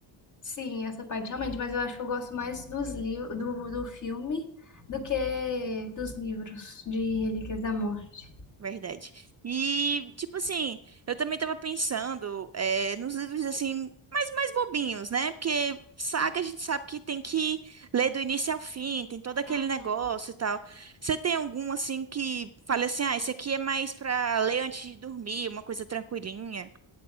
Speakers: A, on the left; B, on the right.
A: Sim, essa parte realmente, mas eu acho que eu gosto mais dos livros do, do filme do que dos livros de Relíquias da Morte.
B: Verdade. E, tipo assim, eu também tava pensando é, nos livros, assim, mais, mais bobinhos, né? Porque saga a gente sabe que tem que ler do início ao fim, tem todo aquele
A: Uhum.
B: negócio e tal. Você tem algum, assim, que fale assim, ah, esse aqui é mais pra ler antes de dormir, uma coisa tranquilinha?